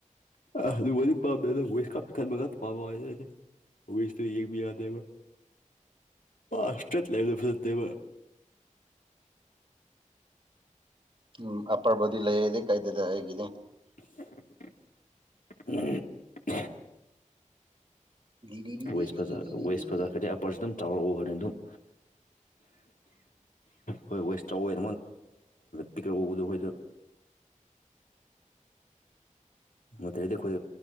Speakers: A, on the left (about 80°); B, on the right (about 40°).
A: ꯑꯗꯨ ꯋꯥꯔꯤ ꯄꯥꯝꯗꯦꯗ ꯋꯦꯁ ꯈꯛ ꯄꯏꯛꯍꯟꯕ ꯉꯇ ꯄꯥꯝꯕ ꯋꯥꯅꯤꯗ ꯑꯩꯗꯤ ꯋꯦꯠꯁꯇꯣ ꯌꯦꯡꯕꯥ ꯌꯥꯗꯦꯕ ꯑ ꯏꯁꯇ꯭ꯔꯦꯠ ꯂꯩꯕꯥꯗꯣ ꯐꯖꯥꯗꯦꯕ
B: ꯎꯝ ꯑꯞꯄꯔ ꯕꯣꯗꯤ ꯂꯩ ꯑꯩꯗꯤ ꯀꯩꯗꯗ ꯑꯩꯒꯤꯗꯤ
A: <unintelligible>
B: ꯗꯤꯗꯤꯗꯤꯗꯤꯗꯤꯗꯤꯗꯤꯗꯤ
A: ꯋꯦꯠꯁ ꯐꯖꯥ ꯋꯦꯠꯁ ꯐꯖꯥꯈ꯭ꯔꯗꯤ ꯑꯥꯄ꯭ꯔꯁꯨ ꯑꯗꯨꯝ ꯆꯥꯎꯅ ꯎꯕꯥꯅꯦ ꯑꯗꯨꯨꯝ
B: <inaudible>
A: ꯍꯣꯏ ꯋꯦꯁ ꯆꯥꯎꯋꯦ ꯇꯤꯀꯦ ꯎꯕꯗꯣ ꯑꯩꯈꯣꯏꯗ <unintelligible> ꯃꯔꯗꯤ ꯑꯩꯈꯣꯏ